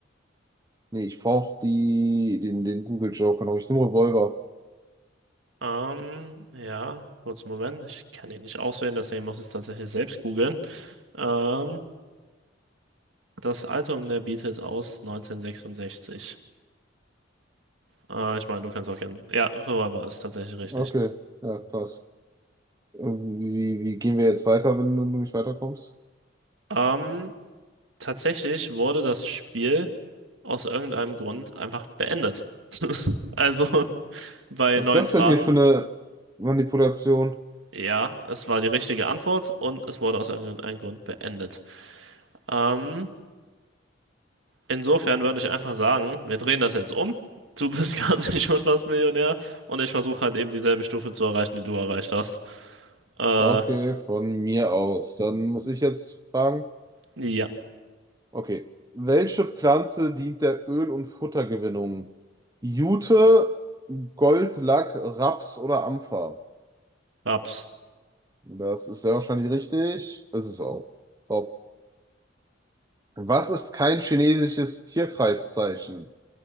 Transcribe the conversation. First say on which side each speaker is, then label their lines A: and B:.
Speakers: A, on the right; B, on the right.
A: Nee, ich brauche die, den, den Google Joker noch. Ich nehme Revolver.
B: Ähm, ja, kurz einen Moment. Ich kann ihn nicht auswählen, deswegen muss ich es tatsächlich selbst googeln. Ähm, das Album der Beatles aus 1966. Äh, ich meine, du kannst auch gerne. Ja, Revolver ist tatsächlich richtig.
A: Okay, ja, krass. Ähm, Wie, wie gehen wir jetzt weiter, wenn du nicht weiterkommst?
B: Ähm, tatsächlich wurde das Spiel aus irgendeinem Grund einfach beendet. <laughs> Also. bei
A: Was
B: neun
A: ist das
B: Fragen.
A: denn hier für eine Manipulation?
B: Ja, es war die richtige Antwort und es wurde aus irgendeinem Grund beendet. Ähm, insofern würde ich einfach sagen, wir drehen das jetzt um. Du bist quasi <laughs> schon fast Millionär und ich versuche halt eben dieselbe Stufe zu erreichen, die du erreicht hast. Äh,
A: Okay, von mir aus. Dann muss ich jetzt fragen.
B: ja,
A: Okay. Welche Pflanze dient der Öl- und Futtergewinnung? Jute, Goldlack, Raps oder Ampfer?
B: Raps.
A: Das ist sehr wahrscheinlich richtig. Es ist auch top. Was ist kein chinesisches Tierkreiszeichen?